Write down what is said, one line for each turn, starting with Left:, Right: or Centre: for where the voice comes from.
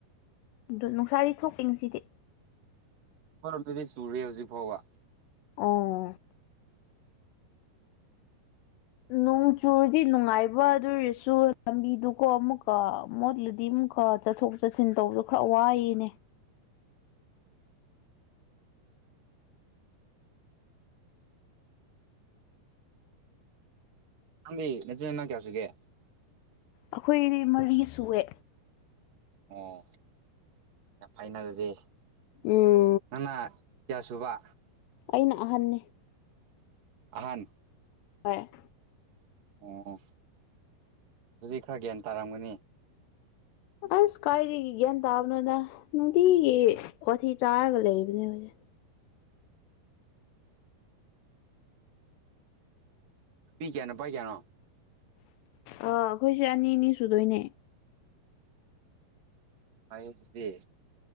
Left: ꯑꯗꯨ ꯅꯨꯡꯁꯥꯗꯤ ꯊꯣꯛꯀꯦ ꯉꯁꯤꯗꯤ
Right: ꯐꯣꯔꯝꯗꯨꯗꯤ ꯆꯨꯔꯦ ꯍꯧꯖꯤꯛ ꯐꯥꯎꯕ
Left: ꯑꯣ ꯅꯣꯡ ꯆꯨꯔꯗꯤ ꯅꯨꯡꯉꯥꯏꯕ ꯑꯗꯨ ꯑꯣꯏꯔꯁꯨ ꯂꯝꯕꯤꯗꯨꯀꯣ ꯑꯃꯨꯛꯀ ꯃꯣꯠꯂꯨꯗꯤ ꯑꯃꯨꯛꯀ ꯆꯠꯊꯣꯛ ꯆꯠꯁꯤꯟ ꯇꯧꯕꯁꯨ ꯈꯔ ꯋꯥꯏꯅꯦ
Right: ꯅꯪꯕꯤ <unintelligible> ꯀꯌꯥꯁꯤꯒꯦ
Left: ꯑꯩꯈꯣꯏꯗꯤ ꯃꯔꯤ ꯁꯨꯋꯦ
Right: ꯑꯣ ꯌꯥꯝ ꯐꯥꯏꯅꯜꯗꯤ
Left: ꯎꯝ
Right: ꯉꯅꯥ ꯀꯌꯥ ꯁꯨꯕ
Left: ꯑꯩꯅ ꯑꯍꯟꯅꯤ
Right: ꯑꯍꯟ
Left: ꯍꯣꯏ
Right: ꯑꯣ ꯑꯗꯨꯗꯤ ꯈꯔ ꯒ꯭ꯌꯥꯟ ꯇꯥꯔꯝꯒꯅꯤ
Left: ꯑꯁ ꯀꯥꯏꯗꯒꯤ ꯒ꯭ꯌꯥꯟ ꯇꯥꯕꯅꯣꯗ ꯅꯨꯡꯇꯤꯒꯤ ꯋꯥꯊꯤ ꯆꯥꯔꯒ ꯂꯩꯕꯅꯦ ꯍꯧꯏꯁꯦ
Right: ꯄꯤ <unintelligible>
Left: ꯑ ꯑꯩꯈꯣꯏꯁꯦ ꯑꯅꯤ ꯑꯅꯤ ꯁꯨꯗꯣꯏꯅꯦ
Right: <unintelligible>